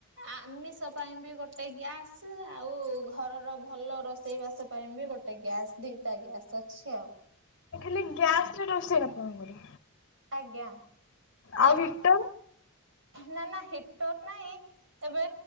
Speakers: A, on the right (about 60°); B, on the left (about 55°).
A: ଆମିଷ ପାଇଁ ବି ଗୋଟେ ଗ୍ୟାସ୍ ଆଉ ଘରର ଭଲ ରୋଷେଇ ବାସ ପାଇଁ ବି ଗୋଟେ ଗ୍ୟାସ ଦି ତା ଗ୍ୟାସ୍ ଅଛି ଆଉ।
B: ଲେ ଗ୍ୟାସ ରେ ରୋଷେଇ ଆପଣଙ୍କର?
A: ଆଜ୍ଞା
B: ଆଉ
A: ଏବେ
B: ହିଟର
A: ନା ନା ହିଟର ନାହିଁ ଏବେ